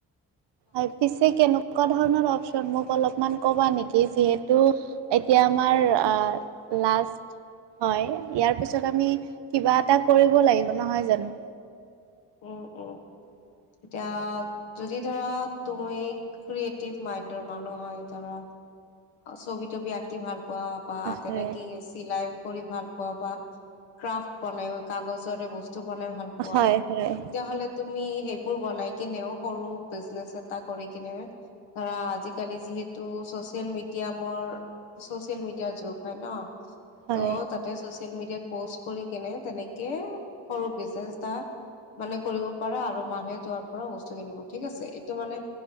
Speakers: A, on the right (about 60°); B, on the left (about 80°).
A: আৰু পিছে কেনেক কুৱা ধৰণৰ অপচন মোক অলপমান ক'বা নেকি? যিহেতু এতিয়া আমাৰ আহ লাষ্ট হয়, ইয়াৰ পিছত আমি কিবা এটা কৰিব লাগিব নহয় জানো?
B: উম উম। এতিয়া যদি ধৰা তুমি ক্ৰিয়েটিভ মাইণ্ডৰ মানুহ হয় ধৰা ছবি তবি আঁকি ভাল পোৱা বা
A: আশাৰে
B: তেনেকি চিলাই কৰি ভাল পোৱা বা ক্ৰাফ বনাই কাগজৰে বস্তু তো বনাই ভাল পোৱা,
A: হয় হয়
B: তেতিয়াহলে তুমি সেই বোৰ বনাইকিনেও সৰু বিজনেছ এটা কৰিকিনে, ধৰা আজিকালি যিহেতু স ছেম মিডিয়ামৰ, চচিয়েল মিডিয়াৰ যুগ হয় ন,
A: হয়
B: ত তাতে চচি চেল মিডিয়াত পষ্ট কৰি কেনে তেনেকে সৰু বিজনেচ এটা মানে কৰিব পাৰা আৰু মানুহে তাৰ পৰা বস্তু কিনিব ঠিক আছে, এইটো মানে